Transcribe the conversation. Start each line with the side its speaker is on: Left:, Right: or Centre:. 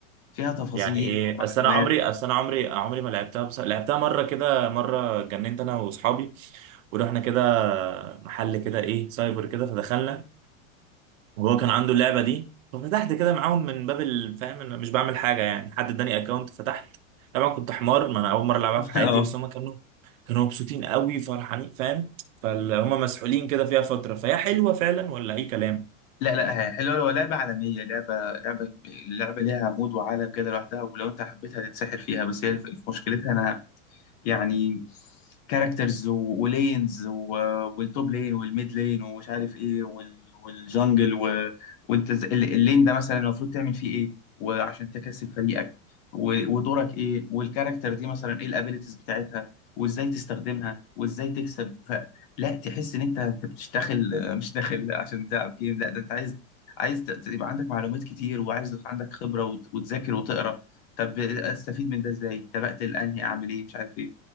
Left: فيها تفاصيل
Right: يعني ايه
Left: ومعلومات
Right: اصل انا عمري اصل انا عمري عمري ما لعبتها بس لعبتها مره كده مره جننت انا واصحابي ورحنا كده محل كده ايه سايبر كده فدخلنا وهو كان عنده اللعبه دي ففتحت كده معاهم من باب الفهم انا مش بعمل حاجه يعني حد اداني اكونت فتحت طبعا كنت حمار ما انا اول مره العبها
Left: <laughs>
Right: في حياتي
Left: اه
Right: بس هم كانوا كانوا مبسوطين قوي فرحانين فاهم فهم مسحولين كده فيها فتره فهي حلوه فعلا ولا اي كلام
Left: لا لا هي حلوة لو لعبة عالمية لعبة لعبة لعبة ليها عمود وعالم كده لوحدها ولو انت حبيتها تتسحل فيها بس هي الف- مشكلتها انا يعني كاركترز ولينز والتوب لين والميد لين ومش عارف ايه وال- والجنجل و... وانت ز- ال- اللين ده مثلا المفروض تعمل فيه ايه وعشان تكسب فريقك و... ودورك ايه والكاركتر دي مثلا ايه الابيليتيز بتاعتها وازاي تستخدمها وازاي تكسب ف... لا تحس ان انت انت بتشتغل مش داخل عشان تلعب جيم لا ده انت عايز عايز ت- يبقى عندك معلومات كتير وعايز يبقى عندك خبرة وت- وتذاكر وتقرا طب استفيد من ده ازاي؟ طب اقتل انهي اعمل ايه؟ مش عارف ايه.